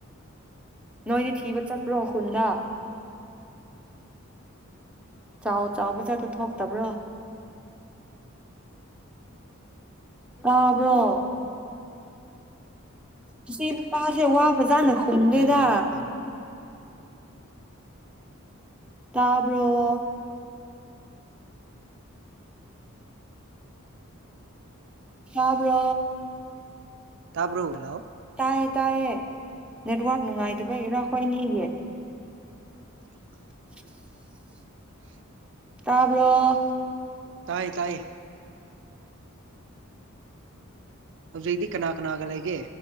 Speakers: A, in the centre; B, on the right.
A: ꯅꯣꯏꯗꯤ ꯊꯤꯕ ꯆꯠꯄ꯭ꯔꯣ ꯈꯨꯜꯟꯗꯥ ꯆꯥꯎ ꯆꯥꯎꯕꯖꯥꯠꯇꫭ ꯊꯣꯛꯇꯕ꯭ꯔꯣ꯫ ꯇꯥꯕ꯭ꯔꯣ ꯏꯁꯤ ꯅꯨꯄꯥꯁꯤ ꯋꯥ ꯐꯖꯥꯅꯥ ꯈꯨꯝꯗꯦꯗ
B: ꯑꯩ ꯂꯩꯔꯝꯕ ꯃꯇꯝ
A: ꯇꯥꯕ꯭ꯕꯔꯣ꯫ ꯇꯥꯕ꯭ꯔꯣ꯫
B: ꯇꯥꯕ꯭ꯔꯣꯂꯣ ꯍꯔꯥꯎ
A: ꯇꯥꯏꯌꯦ ꯇꯥꯏꯌꯦ ꯅꯦꯠꯋꯔꯛ ꯅꯨꯡꯉꯥꯏꯇꯕꯒꯤꯔꯥ ꯑꯩꯈꯣꯏ ꯑꯅꯤꯒꯤ
B: ꯎ <unintelligible>
A: <unintelligible> <inaudible>
B: ꯍꯨꯝꯝ
A: ꯇꯥꯕꯔꫭ
B: ꯇꯥꯏꯏꯌꯦ ꯇꯥꯏꯌꯦ꯫ ꯍꯧꯖꯤꯛꯇꯤ ꯀꯅꯥ ꯀꯅꯥꯒ ꯂꯩꯒꯦ꯫